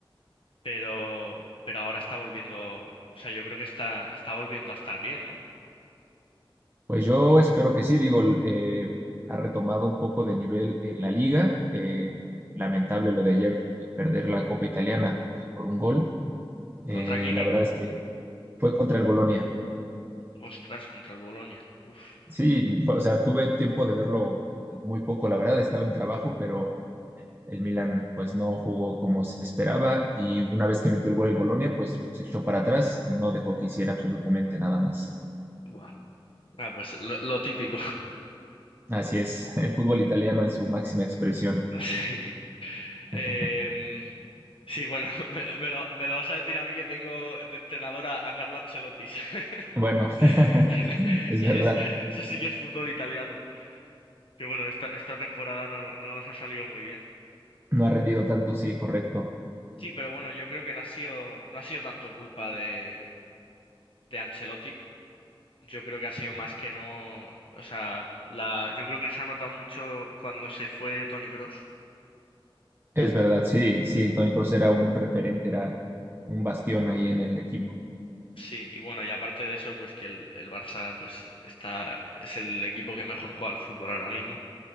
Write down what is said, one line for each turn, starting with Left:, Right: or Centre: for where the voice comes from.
Left: pero, pero ahora está volviendo, o sea, yo creo que está, está volviendo a estar bien, ¿no?
Right: Pues yo espero que sí, digo, eh, ha retomado un poco de nivel en la liga. eh, lamentable lo de ayer eh, perder la Copa Italiana o sea, por un gol. Eh,
Left: ¿Contra qué equipo?
Right: la verdad es que fue contra el Bolonia.
Left: Ostras, contra el Bolonia. Uf,
Right: Sí, fue- o sea, tuve tiempo de verlo muy poco, la verdad, estaba en trabajo, pero el Milan pues no jugó como se esperaba y una vez que metió el gol el Bolonia, pues se echó para atrás y no dejó que hiciera absolutamente nada más.
Left: buah. Ah, pues lo, lo típico.
Right: Así es, el fútbol italiano en su máxima expresión.
Left: <laughs> Sí. Em,
Right: <laughs>
Left: sí, bueno, <laughs> me, me lo, me lo vas a decir a mí que tengo de entrenadora a a Carlo Ancelotti, ¿sabes? <laughs>
Right: Bueno, <laughs>
Left: Que no-
Right: es
Left: que
Right: verdad,
Left: es- eso sí que es fútbol italiano. Que bueno, esta, esta temporada no, no nos ha salido muy bien.
Right: no ha rendido tanto, sí, correcto.
Left: Sí, pero bueno, yo creo que no ha sido, no ha sido tanto culpa de, de Ancelotti. Yo creo que ha sido más que no, o sea, la, yo creo que se ha notado mucho cuando se fue Toni Kroos.
Right: Es verdad, sí, sí, Tony Kroos era un referente, era un bastión ahí en el equipo.
Left: Sí, y bueno, y aparte de eso, pues que el, el Barça, pues está, es el equipo que mejor juega al fútbol ahora mismo.